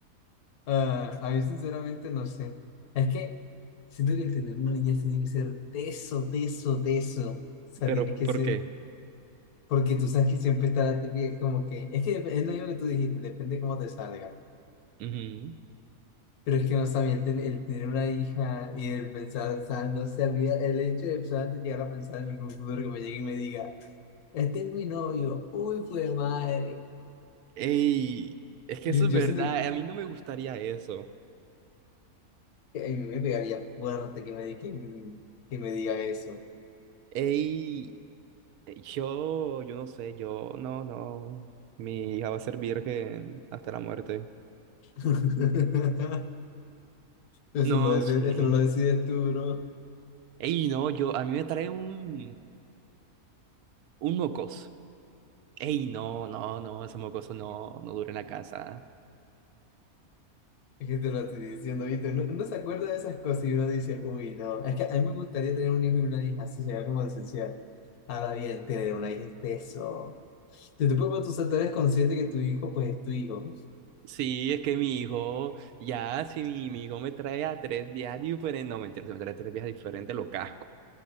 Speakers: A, on the left; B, on the right.
A: Ah, a mí sinceramente no sé. Es que siento que el tener una niña tiene que ser teso, teso, teso. O sea,
B: <laughs> pero
A: tiene que
B: ¿por
A: ser,
B: qué?
A: porque tú sabes que siempre está la típica como que, es que es lo mismo que tú dijiste, depende cómo te salga.
B: Ujú.
A: Pero es que no también ten- el tener una hija y el pensar, o sea, no sé, a mí el hecho de pues, antes llegar a pensar en algún futuro que me llegue y me diga, este es mi novio, uy, fue madre.
B: Ey, es que
A: Yo,
B: eso es
A: yo
B: verdad,
A: siento
B: a mí no me gustaría eso.
A: que a mí me pegaría fuerte que me, di- que, que me diga eso.
B: Ey, yo, yo no sé, yo, no, no, mi hija va a ser virgen hasta la muerte.
A: <laughs> Eso
B: No,
A: no, dep-
B: sí.
A: eso no lo decides tú, bro.
B: Ey, no, yo, a mí me trae un, un mocos. Ey, no, no, no, ese mocoso no, no dura en la casa.
A: Es que te lo estoy diciendo, ¿viste? Uno, uno se acuerda de esas cosas y uno dice, uy, no. Es que a mí me gustaría tener un hijo y una hija así, sería como esencial. Ahora bien, tener una hija es eso. Te te puedes tú, o sea, tú eres consciente que tu hijo, pues es tu hijo.
B: Sí, es que mi hijo, ya, si mi, mi hijo me trae a tres días diferentes, no, mentira, si me trae tres días diferentes, lo casco.